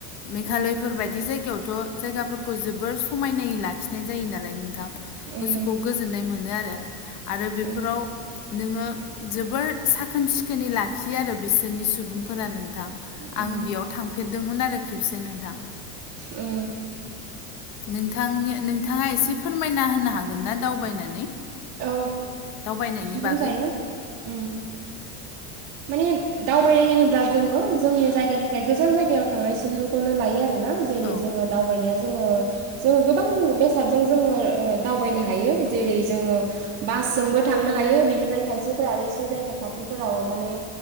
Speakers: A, on the left (about 40°); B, on the right (about 30°).
A: मेघालयफोरबाय
B: उम
A: दि जायगायावथ' जायगाफोरखौ जोबोर समायनायै लाखिनाय जायो नालाय नोंथां।
B: उम
A: गोसोखौ गोजोननाय मोनो आरो आरो बेफोराव
B: उम
A: नोङो जोबोर साखोन- सिखोनै लाखियो आरो बिसोरनि सुबुंफोरा नोंथां।
B: उम
A: आङो बेयाव थांफेरदोंमोन आरो खेबसे नोंथां।
B: उम।
A: नोंथांनि नोंथाङा एसे फोरमायना होनो हागोन ना दावबायनानै?
B: औ
A: दावबायनायनि
B: बुंजायो
A: बागै
B: ओम।
A: <unintelligible>
B: माने दावबायनाय होनोब्ला जोङो जोंनि जायगानिफ्राय गोजान जायगायाव थांनायसिनखौनो लायो आरो ना। जेरै
A: औ
B: जों <unintelligible> दावबायनाया जोङो -जोङो गोबां बेसादजों जोङो दावबायनो हायो जेरै जोङो बासजोंबो थांनो हायो बेनिफ्राय खायसेफोरा आरो एसे जायगा खाथिफोराव माने